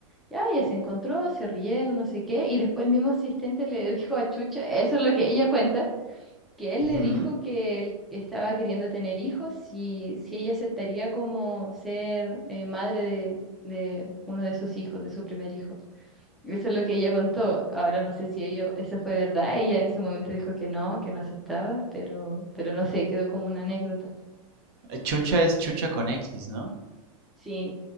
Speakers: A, in the centre; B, on the right.
A: Ya, ella se encontró, se rieron, no sé qué, y después el mismo asistente le <laughs> dijo a Chucha, eso es lo que ella cuenta, que él
B: Ujú.
A: le dijo que él estaba queriendo tener hijos y si ella aceptaría como ser eh, madre de, de uno de sus hijos, de su primer hijo. Eso es lo que ella contó. Ahora no sé si ello, eso fue verdad. Ella en ese momento dijo que no, que no aceptaba, pero, pero no sé, quedó como una anécdota.
B: Chucha es chucha con X, ¿no?
A: Sí,